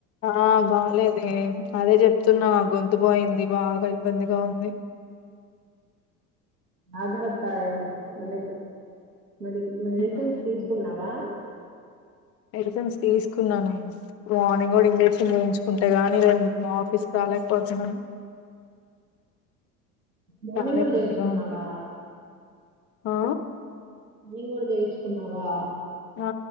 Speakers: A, on the left (about 30°); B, on the right (about 80°).
A: ఆ బాలేదే అదే చెప్తున్నా గొంతు పోయింది బాగా ఇబ్బందిగా ఉంది
B: అడర్ ఇస్తావొ మనకి మెడి మెడిసిన్స్
A: ఉమ్,
B: తీసుకున్నావా
A: మెడిసిన్స్ తీసుకున్నానే మార్నింగ్ కూడా ఇంజెక్షన్ చేయించుకుంటే గానీ మా ఆఫీస్ రాలేకపోతున్నాను
B: మార్నింగ్
A: చాలా
B: కూడా
A: ఇబ్బందిగా
B: చేయించుకున్నావా
A: ఉంది ఆ
B: ఇవినింగ్ కూడా జయించుకున్నావా
A: ఆ